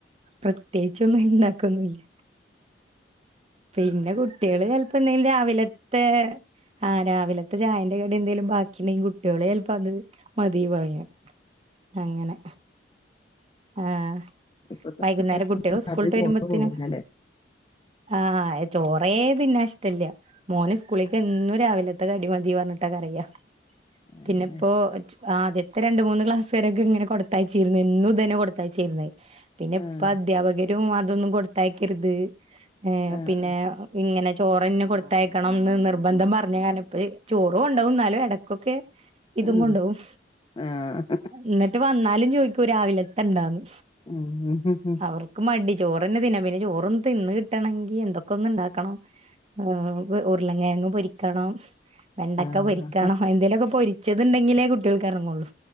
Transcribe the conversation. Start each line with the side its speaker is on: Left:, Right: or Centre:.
Right: പ്രത്യേകിച്ചൊന്നും ഇണ്ടാക്കൊന്നല്ല പിന്നെ കുട്ടികള് ചിലപ്പോ എന്തെങ്കിലും രാവിലത്തെ ആഹ് രാവിലത്തെ ചായന്റെ കടി എന്തേലും ബാക്കി ഉണ്ടെങ്കിൽ കുട്ട്യാളെ ചിലപ്പം അത് മതി പറു അങ്ങനെ ആഹ്
Left: ഇപ്പത്തെ
Right: വൈകുന്നേര
Left: കുട്ടികൾക്കൊന്നും
Right: കുട്ടികോ സ്കൂൾ
Left: രാത്രി
Right: ട്ട്
Left: ചോറ്
Right: വരുമ്പോത്തേനും
Left: പോവൂലല്ലേ
Right: ആഹ് ചോറേ തിന്നെ ഇഷ്ടല്ല മോന സ്കൂളിലക്ക് എന്നും രാവിലത്തെ അടി മതി പറഞ്ഞിട്ടൊക്കെ അറിയ
Left: അതെന്നെ
Right: പിന്നെ ഇപ്പോ ആദ്യത്തെ രണ്ട മൂന്ന് ക്ലാസ് വരെക്കെ ഇങ്ങനെ കൊടുത്തയച്ചിരുന്നു എന്നും ഇതന്നെ കൊട്ത്തയാച്ചിര്ന്നെ പിന്നെ ഇപ്പ
Left: ആഹ്
Right: അധ്യാപകരും അതൊന്നും കൊട്ത്തയക്കര്ത് ഏഹ്
Left: ആഹ്
Right: പിന്നെ ഇങ്ങനെ ചോറന്നെ കൊട്ത്തയക്കണംന്ന് നിർബന്ധം പറഞ്ഞ കാരം ഇപ്പ ചോറോ ഉണ്ടാവും എന്നാലൊ ഇടക്കൊക്കെ ഇതും
Left: ആഹ്
Right: കൊണ്ടോവും
Left: ആഹ് ആഹ്
Right: ഇന്നിട്ട് വന്നാലും ചോയ്ക്കൂ രാവിലത്ത ഇണ്ടാന്ന്
Left: ഉം ഉം ഉം
Right: അവർക്ക് മടി ചോറ്ന്നെ തിന്നാ പിന്നെ ചോറന്ന് തിന്ന് കിട്ടണങ്കി എന്തൊക്കെ ഒന്ന് ഇണ്ടാക്കണം ആഹ് ഉർള കെങ്ങ് പൊരിക്കണം വെണ്ടക്ക
Left: ആഹ്
Right: പൊരിക്കണം എന്തേലു ക്കെ പൊരി ച്ചതുണ്ടങ്കി ലെ കുട്ടിൾക്ക് എറങ്ങുള്ളൂ